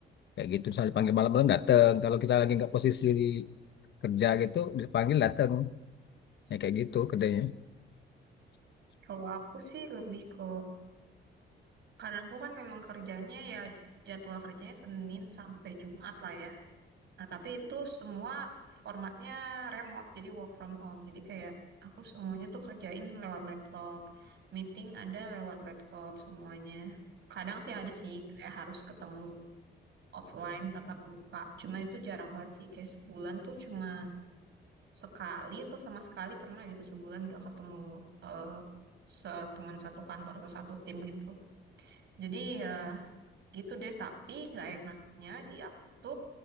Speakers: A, on the left; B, on the right.
A: Kayak gitu, misalnya dipanggil malam-malam datang. Kalau kita lagi nggak posisi di kerja gitu, dipanggil datang.
B: Hmm,
A: Ya kayak gitu kerjanya.
B: Kalau aku sih lebih ke, karena aku kan memang kerjanya ya jadwal kerjanya Senin sampai Jumat lah ya. Nah, tapi itu semua formatnya remote, jadi work from home. Jadi kayak aku semuanya tuh kerjain lewat laptop. Meeting ada lewat laptop semuanya. Kadang sih ada sih kayak harus ketemu offline tatap muka. Cuma itu jarang banget sih. Kayak sebulan tuh cuma sekali tuh sama sekali pernah gitu sebulan nggak ketemu eh, se- teman satu kantor atau satu tim gitu. Jadi ya gitu deh. Tapi nggak enaknya di aku itu